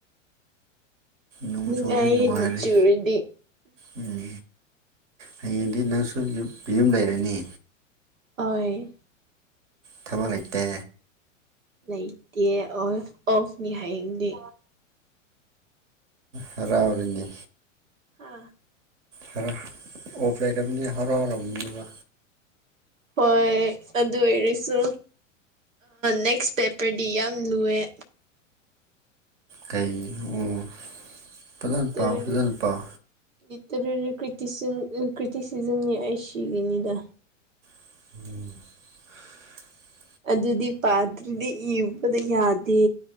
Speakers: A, on the right; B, on the right.
A: ꯅꯣꯡ
B: ꯅꯨꯡꯉꯥꯏꯌꯦ
A: ꯆꯨꯔꯗꯤ ꯅꯨꯡꯉꯥꯏꯔꯦ
B: ꯅꯣꯡ ꯆꯨꯔꯗꯤ
A: ꯎꯝ ꯍꯌꯦꯡꯗꯤ ꯅꯪꯁꯨ ꯌꯨꯝ ꯂꯩꯔꯅꯤ
B: ꯍꯣꯏ
A: ꯊꯕꯛ ꯂꯩꯇꯦ
B: ꯂꯩꯇꯦ ꯑꯣ ꯑꯣꯐꯅꯤ ꯍꯌꯦꯡꯗꯤ
A: ꯍꯔꯥꯎꯔꯤꯅꯤ
B: ꯍꯥꯥ
A: ꯈꯔ ꯑꯣꯐ ꯂꯥꯏ ꯇꯕꯅꯤ ꯍꯔꯥꯎ ꯍꯔꯥꯎ ꯃꯕ
B: ꯍꯣꯏ ꯑꯗꯨ ꯑꯣꯏꯔꯁꯨ ꯅꯦꯛꯁ ꯄꯦꯄꯔꯗꯤ ꯌꯥꯝ ꯂꯨꯏꯌꯦ
A: ꯀꯩ ꯎꯝ ꯐꯖꯅ
B: ꯂꯤꯇꯔꯦꯔꯤ
A: ꯄꯥꯎ ꯐꯖꯅ ꯄꯥꯎ
B: ꯂꯤꯇꯔꯦꯔꯤ ꯀ꯭ꯔꯤ ꯀ꯭ꯔꯤꯇꯤꯁꯤꯖꯝꯅꯤ ꯑꯁꯤꯒꯅꯤꯗ
A: ꯎꯝ
B: ꯑꯗꯨꯗꯤ ꯄꯥꯗ꯭ꯔꯤꯗꯤ ꯏꯕꯗ ꯌꯥꯗꯦ